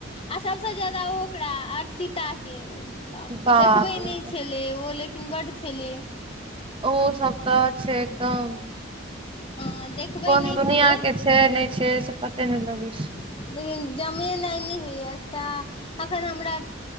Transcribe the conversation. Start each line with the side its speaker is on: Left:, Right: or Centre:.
Left: आ सबसे ज्यादा ओ ओकरा अर्चिता के
Right: बाप
Left: देखबे
Right: रे
Left: नहि,
Right: बाप
Left: छलै ओ लेकिन बड छलै,
Right: ओ सब तऽ छै एकदम,
Left: हँ देखबै
Right: कोन
Left: नहि
Right: दुनिया
Left: छलै
Right: के छै नहि छै से पते नहि लगै छै,
Left: लेकिन जमीन नी हइ एकटा, अखन हमरा